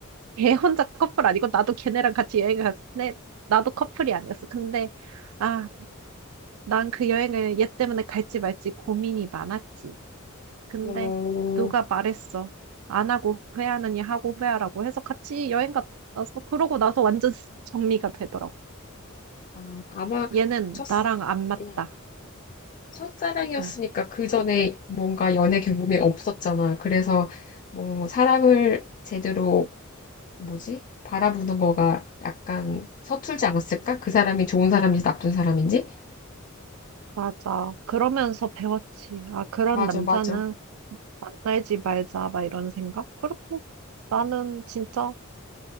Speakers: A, on the right; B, on the left.
A: 걔 혼자 커플 아니고 나도 걔네랑 같이 여행을 갔는데 나도 커플이 아니었어. 근데, 아, 난 그 여행을 얘 때문에 갈지 말지 고민이 많았지. 근데
B: 어,
A: 누가 말했어. 안 하고 후회하느니 하고 후회하라고 해서 같이 여행 갔다 왔어. 그러고 나서 완전 <laughs> 정리가 되더라고.
B: 아, 아마
A: 얘는
B: 첫,
A: 나랑 안 맞다.
B: 음, 첫사랑이었으니까
A: 어,
B: 그 전에 뭔가 연애 경험이 없었잖아. 그래서 뭐 사람을 제대로 뭐지? 바라보는 거가 약간 서툴지 않았을까? 그 사람이 좋은 사람인지 나쁜 사람인지?
A: 맞아. 그러면서 배웠지. 아, 그런
B: 맞아,
A: 남자는
B: 맞아.
A: 만나지 말자. 막 이런 생각. 그리고 나는 진짜